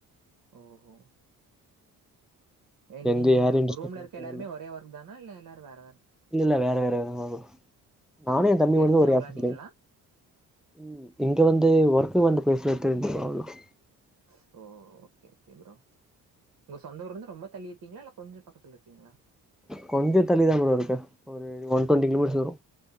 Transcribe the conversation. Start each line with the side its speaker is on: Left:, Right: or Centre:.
Right: ஓஹோ! எ
Centre: எந்த
Right: நீங்க
Centre: யாரையு டிஸ்டர்ப்
Right: ரூம்ல
Centre: பண்ண
Right: இருக்கெல்லாருமே
Centre: தேவ இல்ல
Right: ஒரே ஒர்க் தானா இல்ல எல்லாரு வேற வேற
Centre: இல்ல <inaudible> நானு என் தம்பியு
Right: தெரிஞ்சவங்களா
Centre: ஒரே ஆபிஸ்
Right: நீங்கலாம்?
Centre: <unintelligible> இங்க வந்து ஒர் வந்து பேசுனா தெரிஞ்சுரு <unintelligible>
Right: ஸ் ஓ ஓ ஓகே ஓகே ப்ரோ உங்க சொந்த ஊர்லருந்து ரொம்ப தள்ளி இருக்கீங்ளா இல்ல கொஞ்ச பக்கத்துல இருக்கீங்ளா
Centre: கொஞ்ச தள்ளி தா ப்ரோ இருக்க ஒரு ஒன் டுவெண்டி கிலோமீட்ரு வரு